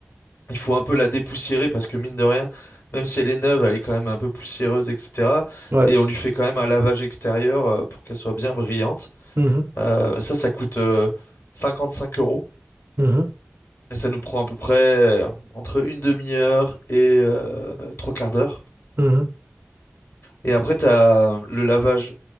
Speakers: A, on the left; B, on the right.
A: Il faut un peu la dépoussiérer parce que mine de rien, même si elle est neuve, elle est quand même un peu poussiéreuse, etc.
B: ouais.
A: Et on lui fait quand même un lavage extérieur euh, pour qu'elle soit bien brillante.
B: mhm,
A: Euh, ça, ça coûte euh, 55 euros.
B: mhm,
A: Et ça nous prend à peu près euh, entre une demi-heure et euh, trois quarts d'heure.
B: mhm,
A: Et après, tu as le lavage,